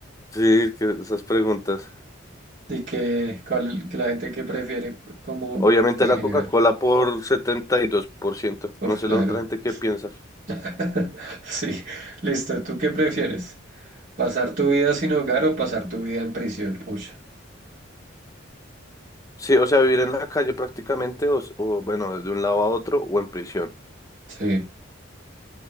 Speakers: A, on the left; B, on the right.
A: Sí, que esas preguntas.
B: Y que, cuál- que la gente que prefiere como
A: Obviamente
B: en
A: la
B: general.
A: Coca-Cola por setenta y dos por ciento
B: Pues
A: No
B: claro.
A: sé la otra gente qué piensa.
B: <laughs> Sí, listo. ¿Tú qué prefieres? ¿Pasar tu vida sin hogar o pasar tu vida en prisión? Uy,
A: Sí, o sea, vivir en la calle prácticamente, o, s- o, bueno, de un lado a otro, o en prisión.
B: sí.